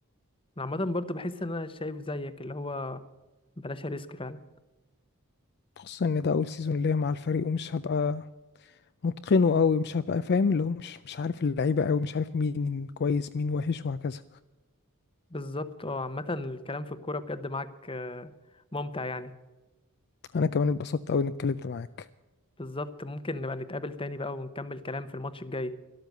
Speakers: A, on the left (about 25°); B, on the left (about 50°).
A: انا عامة برضو بحس ان انا شايف زيك اللي هو بلاش ريسك فعلا
B: خصوصا إن ده أول سيزون ليا مع الفريق ومش هبقى متقنه أوي مش هبقى فاهم اللي هو مش مش عارف اللعيبة أوي مش عارف مين كويس مين وحش وهكذا
A: بالظبط اه عامة الكلام في الكورة بجد معاك آه، ممتع يعني
B: أنا كمان اتبسطت أوي إني اتكلمت معاك
A: بالظبط ممكن نبقى نتقابل تاني بقى ونكمل كلام في الماتش الجاي